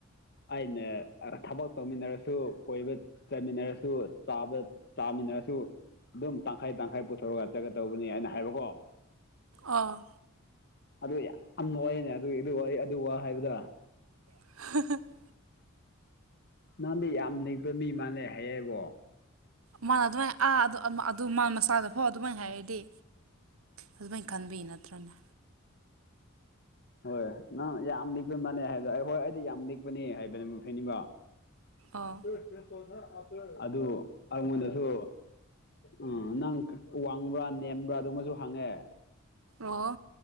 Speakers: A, on the left; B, on the right.
A: ꯑꯩꯅ ꯊꯕꯛ ꯇꯧꯃꯤꯟꯅꯔꯁꯨ ꯀꯣꯏꯕ ꯆꯠꯃꯤꯟꯅꯔꯁꯨ ꯆꯥꯕ ꯆꯥꯃꯤꯟꯅꯔꯁꯨ ꯑꯗꯨꯝ ꯇꯪꯈꯥꯏ ꯇꯪꯈꯥꯏ ꯄꯨꯊꯣ <unintelligible> ꯇꯧꯕꯅꯤ ꯑꯩꯅ ꯍꯥꯏꯕꯀꯣ
B: ꯑꯥ
A: ꯑꯗꯨ ꯌꯥꯝ ꯍꯣꯏꯅꯦ ꯑꯗꯨꯒꯤ ꯑꯗꯨ ꯋꯥ ꯑꯗꯨ ꯋꯥ ꯍꯥꯏꯕꯗꯨ
B: <unintelligible>
A: ꯅꯪꯗꯤ ꯌꯥꯝ ꯂꯩꯕ ꯃꯤ ꯃꯥꯥꯟꯂꯦ ꯍꯥꯏꯌꯦꯕꯣ
B: ꯃꯥ ꯑꯗꯨꯃꯥꯏ ꯑꯥ ꯗꯨ ꯑꯥ ꯃꯥ ꯑꯗꯨ ꯃꯥ ꯃꯁꯥꯅꯐꯧ ꯑꯗꯨꯃꯥꯏ ꯍꯥꯏꯔꯗꯤ ꯑꯗꯨꯃꯥꯏꯟ ꯈꯟꯕꯩ ꯅꯠꯇ꯭ꯔꯅꯦ
A: ꯍꯣꯏ ꯅꯪ ꯌꯥꯝ ꯂꯤꯛꯄ ꯃꯥꯟꯅꯦ ꯍꯥꯏꯕ ꯑꯩ ꯍꯣꯏ ꯑꯩꯗꯤ ꯌꯥꯝ ꯂꯤꯛꯄꯅꯦ ꯍꯥꯏꯕꯅꯦ ꯐꯩꯅꯤꯕꯣ <unintelligible>
B: ꯑꯣ
A: ꯑꯗꯨ ꯑꯩꯉꯣꯟꯗꯁꯨ ꯎꯝ ꯅꯪ ꯋꯥꯡꯕ꯭ꯔꯥ ꯅꯦꯝꯕ꯭ꯔꯥ ꯑꯗꯨꯃꯁꯨ ꯍꯪꯉꯦ
B: ꯑꯣ